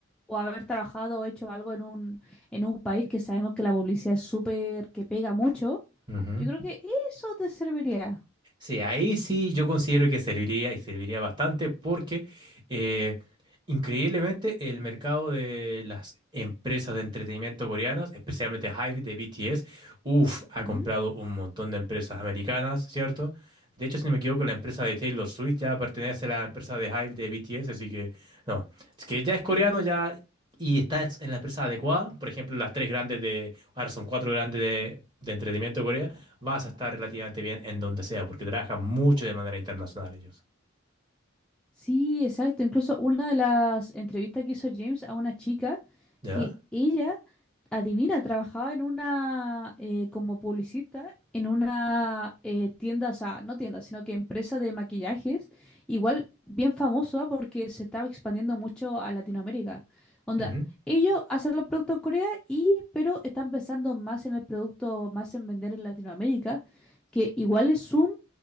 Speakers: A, in the centre; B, on the right.
A: o haber trabajado o hecho algo en un, en un país que sabemos que la publicidad es súper, que pega mucho,
B: Ujú.
A: yo creo que eso te serviría.
B: Sí, ahí sí yo considero que serviría y serviría bastante porque eh, increíblemente el mercado de las empresas de entretenimiento coreanas, especialmente HYBE de BTS, uff, ha
A: Ujú.
B: comprado un montón de empresas americanas, ¿cierto? De hecho, si no me equivoco, la empresa de Taylor Swift ya pertenece a la empresa de HYBE de BTS, así que no, es que ya es coreano ya y está en la empresa adecuada, por ejemplo, las tres grandes de, ahora son cuatro grandes de, de entretenimiento coreano vas a estar relativamente bien en donde sea, porque trabajan mucho de manera internacional ellos.
A: Sí, exacto. Incluso una de las entrevistas que hizo James a una chica,
B: ¿Ya?
A: que ella Adivina, trabajaba en una, eh, como publicista, en una eh, tienda, o sea, no tienda, sino que empresa de maquillajes, igual bien famosa porque se estaba expandiendo mucho a Latinoamérica. Onda,
B: Ujú.
A: ellos hacen los productos en Corea y, pero están pensando más en el producto, más en vender en Latinoamérica, que igual es un,